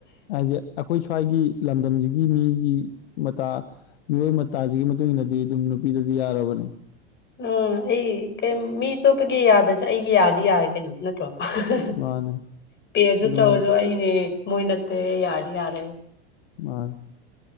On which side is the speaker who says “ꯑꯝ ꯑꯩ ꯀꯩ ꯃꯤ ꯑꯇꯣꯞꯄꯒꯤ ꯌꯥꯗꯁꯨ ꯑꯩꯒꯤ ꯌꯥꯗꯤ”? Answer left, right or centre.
Left